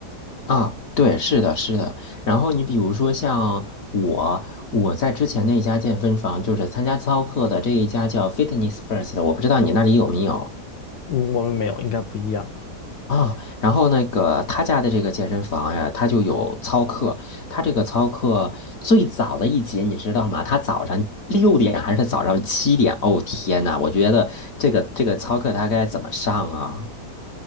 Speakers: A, on the left; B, on the left.
A: 啊，对，是的，是的。然后你比如说像我，我在之前那一家健身房，就是参加操课的这一家叫 Fitness First 我不知道你那里有没有
B: 嗯，我们没有，应该不一样。
A: 啊。然后那个他家的这个健身房呀，他就有操课。他这个操课最早的一节你知道吗？他早上六点还是早上七点？哦天呐，我觉得这个这个操课他该怎么上啊？